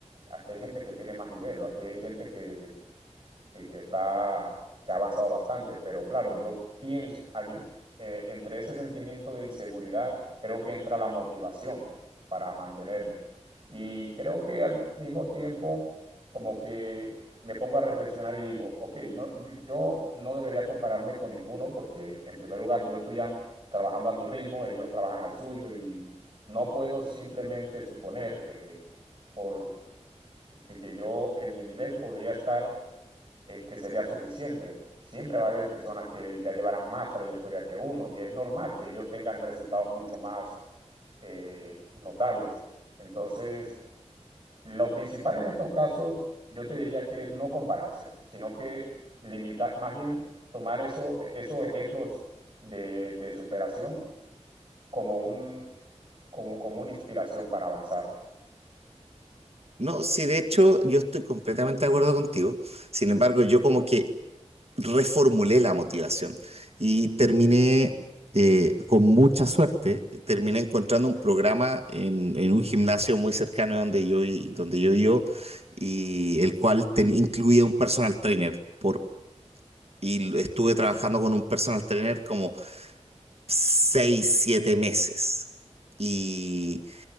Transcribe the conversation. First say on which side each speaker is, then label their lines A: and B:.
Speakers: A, on the right; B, on the right.
A: aquí hay gente que tiene más nivel, o aquí hay gente que, que, que, que está, que ha avanzado bastante, pero claro, yo pienso, al mi- eh, entre ese sentimiento de inseguridad, creo que entra la motivación para mantenerme. Y creo que al mismo tiempo, como que me pongo a reflexionar y digo, ok, no, yo yo no debería compararme con ninguno porque en primer lugar yo estoy ya trabajando a mi ritmo, ellos trabajan al suyo y no puedo simplemente suponer que, por, que que yo en mi nivel podría estar que, que sería suficiente. Siempre va a haber personas que ya llevarán más trayectoria que uno y es normal que ellos tengan resultados mucho más eh, notables. Entonces, lo principal en estos casos, yo te diría que es no compararse, sino que limitar, más bien tomar eso, esos ejemplos de, de superación como, un, como, como una inspiración para avanzar.
B: No, sí, de hecho, yo estoy completamente de acuerdo contigo. Sin embargo, yo como que reformulé la motivación y terminé, eh, con mucha suerte, terminé encontrando un programa en, en un gimnasio muy cercano de donde yo, vi- donde yo vivo, y el cual ten- incluía un personal trainer. Por, y lo- estuve trabajando con un personal trainer como 6 7 meses. Y